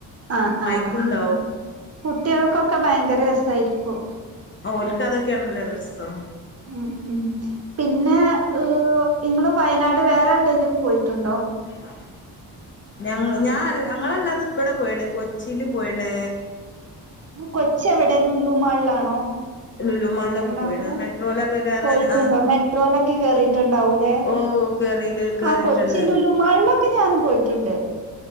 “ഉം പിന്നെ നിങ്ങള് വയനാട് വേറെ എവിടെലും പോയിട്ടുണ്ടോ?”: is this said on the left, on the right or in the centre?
Right